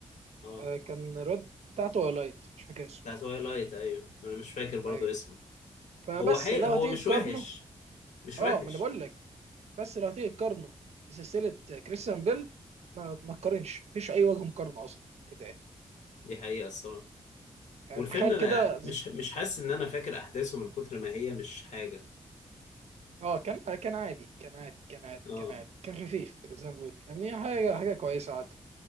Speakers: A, on the left; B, on the right.
A: اه
B: آه كان الواد بتاعته هو لايت مش فاكر اسمه
A: بتاع تويلايت ايوه ما انا مش فاكر برضو
B: ايوه
A: اسمه
B: فبس
A: هو حي...
B: لو
A: هو
B: هتيجي
A: مش
B: تقارنه
A: وحش مش
B: اه
A: وحش
B: ما انا بقول لك بس لو هتيجي تقارنه بسلسله كريستيان بيل ما ما تقارنش مفيش اي وجه مقارنه اصلا تتقال
A: دي حقيقة الصراحة
B: يعني
A: والفيلم
B: تخيل
A: ما
B: كده
A: مش مش حاسس ان انا فاكر احداثه من كتر ما هي مش حاجه
B: اه كان آه، كان عادي كان عادي كان عادي
A: اه
B: كان عادي كان خفيف زي ما بقول يعني حاجه حاجه كويسه عادي